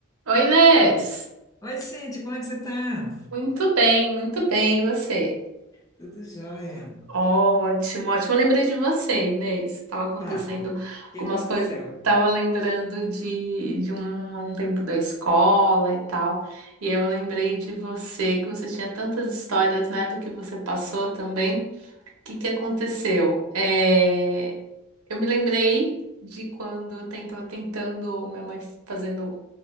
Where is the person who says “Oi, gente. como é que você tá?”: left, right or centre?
Left